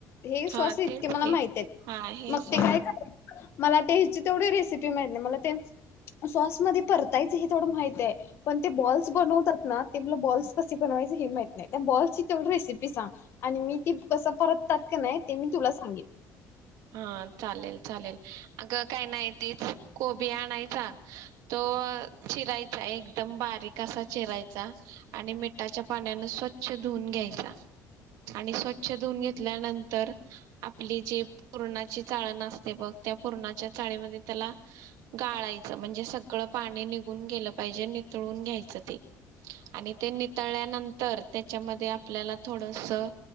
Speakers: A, on the left (about 45°); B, on the right (about 80°).
A: हे स्वास
B: हा
A: इतके
B: तेच
A: मला
B: ते
A: माहित आहेत
B: हा हे
A: मग
B: सॉस
A: ते काय मला ते ह्याची तेवढी रेसिपी माहित नाही मला ते सॉसमध्येध्ये परतायचं हे तेवढ माहित आहे पण ते बॉल्स बनवतात ना ते मला बॉल्स कसे बनवायचे हे माहित नाही त्या बॉल्सची तेवढी रेसिपी सांग आणि मी ती कसं परततात कनाय ते मी तुला सांगेन
B: हा चालेल चालेल अगं काय नाही तेच कोबी आणायचा तो चिरायचा एकदम बारीक कसा चिरायचा आणि मिठाच्या पाण्यानं स्वच्छ धुऊन घ्यायचा आणि स्व च्छ धुन घेतल्यानंतर आपले जे पुरणाची चाळण असते बघ त्या पुरणाच्या चाळणी मध्ये त्याला गाळायचं म्हणजे सगळं पाणी निघून गेलं पाहिजे नितळून घ्यायचं ते आणि ते नितळल्यानंतर त्याच्यामध्ये आपल्याला थोडसं